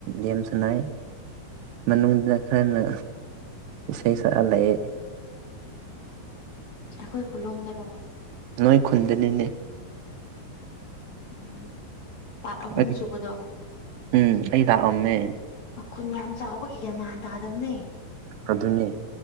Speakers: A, on the right (about 80°); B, on the left (about 55°).
A: ꯌꯥꯝꯦꯝ ꯁꯥꯟꯅ ꯃꯅꯨꯡꯅ ꯈꯔꯅ ꯏꯁꯩ ꯁꯛꯍꯂꯑꯦ
B: ꯑꯩꯈꯣꯏ ꯈꯨꯂꯣꯝꯗꯔꯣ
A: ꯅꯣꯏ ꯈꯨꯟꯗꯅꯤꯅꯦ
B: ꯎꯝ ꯄꯥꯠ ꯑꯍꯨꯝ
A: ꯑꯩ
B: ꯁꯨꯕꯗꯣ
A: ꯎꯝ ꯑꯩ ꯂꯥꯛꯑꯝꯃꯦ
B: ꯃꯈꯨꯟ ꯌꯥꯝ ꯆꯥꯎꯕꯒꯤꯒ ꯃꯥꯟ ꯇꯥꯗꯕꯅꯦ
A: ꯑ ꯑꯗꯨꯅꯤ